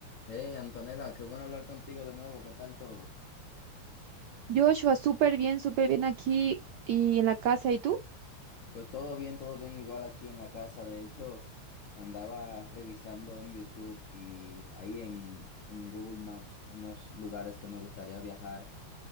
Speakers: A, on the left; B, on the right.
A: Hey, Antonella, qué bueno hablar contigo de nuevo. ¿Qué tal todo?
B: Joshua, súper bien, súper bien aquí y en la casa. ¿Y tú?
A: Pues todo bien, todo bien, igual aquí en la casa. De hecho, andaba revisando en YouTube y ahí en, en Google Maps unos lugares que me gustaría viajar.